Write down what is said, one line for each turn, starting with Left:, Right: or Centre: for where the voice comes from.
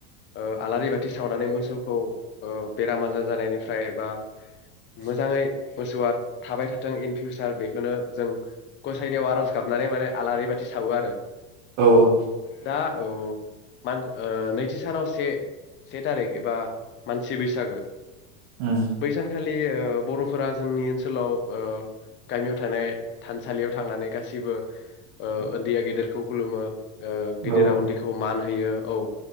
Left: ओ आलारि बाथि सावनानै मोसौखौ ओ बेराम आजार जानायनिफ्राय एबा मोजाङै मोसौआ थाबाय थाथों इन फिउसार बेखौनो जों गसायनायाव आरज गाबनानै माने आलारि बाथि सावो आरो
Right: औ औ
Left: दा औ मान नैथि सानाव से से थारिख एबा मानसि बैसो सागो।
Right: उम
Left: बैसानखालि ओ बरफ फोरा जोंनि ओनसोलाव गामियाव थानाय थानसालियाव थांनानै गासिबो उन्दैया गेदेरखौ खुलुमो। ओ गेदेरा
Right: औ
Left: उन्दैखौ मान होयो। होयो औ